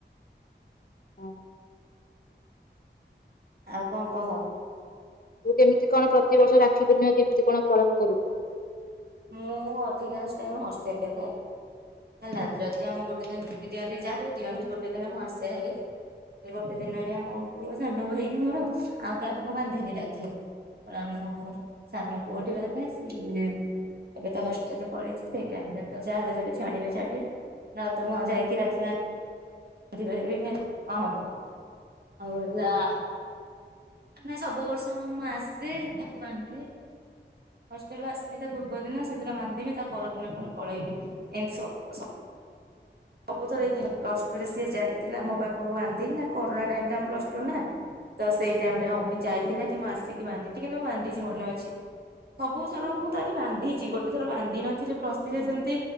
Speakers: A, on the left; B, on the right.
A: ହଁ।
B: ଆଉ କଣ କହ
A: କେମିତି କଣ ପ୍ରତିବର୍ଷ ରାକ୍ଷୀ ପୂର୍ଣ୍ଣ କେମିତି କଣ ପାଳନ କରୁ?
B: ମୁଁ ଅଧିକାଂଶ ହଷ୍ଟେଲ ରେ ଥାଏ। ହେଲା ଯଦି ଆମ ଗୋଟେ ଦିନ ଛୁଟି ଦିଅନ୍ତି। ଯ ବି ଦିଅନ୍ତି ଗୋଟେ ଦିନ ମୁଁ ଆସେ ହାର ସେ ଗୋଟେ ଦିନରେ ଆମ ପୁଅ ସାନ ହେଇନି ମୋର ଆଉ କାହା ତ ମୁ ବାନ୍ଧିନ ଡାକିବି ଆମ ସ କୋଉଠି ସ ଏବେ ତ ହଷ୍ଟେଲରେ ପଢ ସେଇ ଟାଇମରେ ତ ଯାହାହେଲେ ଯଦି ଛାଡିବେ ଛାଡିବେ ନହେଲେ ଯାଇକି ରଖିବ ବି ନ ହ ହବ ଆଉଲା ନାଇ ସବୁ ବର୍ଷ ମୁଁ ଆସେ ତାକୁ ବାନ୍ଧି ହଷ୍ଟେଲୁ ଆସିବି ତା ପୂର୍ବ ଦିନ ସେଦିନ ବାନ୍ଧିବି ତା ପରଦିନ ପୁଣି ପଳେଇବି। ଏମତି ସବୁ ଥରଇ ପ୍ଲସ ଟୁରେ ସି ଯାଇଥିଲା ମୋ ପାଖକୁ ବାନ୍ଧି ନା କରୋନା ଟାଇ ପ୍ଲ ଟୁ ନା ତ ସେଇ ଟାଇମ୍ ଯାଇଥିଲା କି ମୁଁ ଆସିକି ବାନ୍ଧି କିନ୍ତୁ ମୁଁ ବାନ୍ଧି ମନେ ଅଛି ସବୁ ଥର ମୁଁ ତଠି ବାନ୍ଧିଛି ଗୋଟେ ଥର ବାନ୍ଧିନଥୀଲି ପ୍ଲସଥ୍ରୀ ଜେମିତି